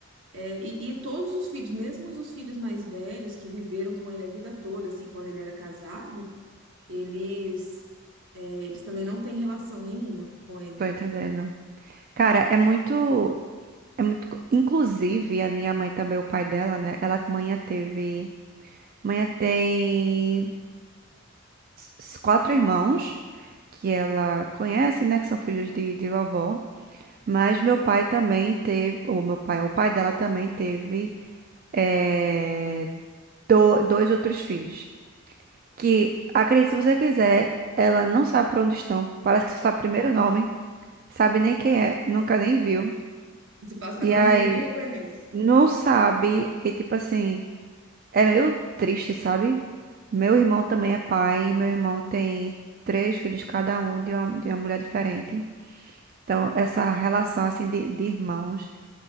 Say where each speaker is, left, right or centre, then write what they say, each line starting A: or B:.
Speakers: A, on the right (about 65°); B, on the right (about 45°).
A: é, e, e todos os filhos, mesmo os filhos mais velhos que viveram com ele a vida toda, assim, quando ele era casado, eles é, eles também não têm relação nenhuma com ele.
B: Tô entendendo. Cara, é muito. É muito... co- Inclusive, a minha mãe também, o pai dela, né? Ela, mãe teve... Mãe tem s- quatro irmãos que ela conhece, né? Que são filhos de, de vovó. Mas meu pai também teve... Ou meu pai, o pai dela também teve eh, do- dois outros filhos. Que, acredite, se você quiser, ela não sabe pra onde estão. Parece que só sabe o primeiro nome. Sabe nem quem é. Nunca nem viu.
A: Se passar
B: E
A: na
B: aí...
A: rua, nem reconhece.
B: Não sabe. E tipo assim... É meio triste, sabe? Meu irmão também é pai, e meu irmão tem três filhos, cada um de uma, de uma mulher diferente. Então, essa relação assim de, de irmãos,